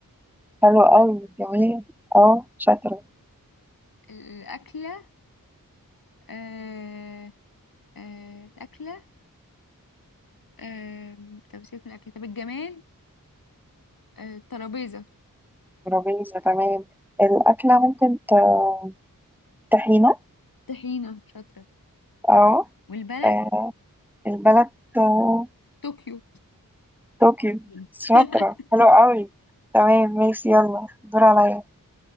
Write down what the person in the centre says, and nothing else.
حلو قوي جميل اه شاطرة
ترابيزة تمام الأكلة ممكن ت- طحينة
اه
آه، البلد آه،
طوكيو
شاطرة حلو قوي تمام ماشي يلا دور عليا